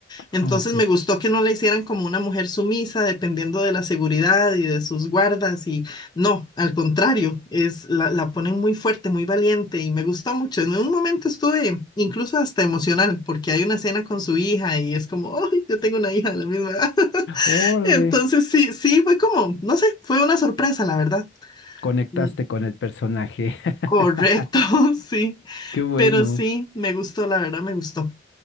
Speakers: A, on the left (about 20°); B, on the left (about 65°).
A: Entonces
B: Ah, ok.
A: me gustó que no la hicieran como una mujer sumisa, dependiendo de la seguridad y de sus guardas. Y no, al contrario, es la, la ponen muy fuerte, muy valiente y me gustó mucho. En un momento estuve incluso hasta emocional, porque hay una escena con su hija y es como, ¡ay, yo tengo una hija de la misma edad! <laughs>
B: Órale,
A: Entonces sí, sí, fue como, no sé, fue una sorpresa, la verdad.
B: conectaste
A: Mm,
B: con el personaje. <laughs>
A: Correcto, <laughs> sí,
B: Qué bueno,
A: pero sí, me gustó, la verdad me gustó.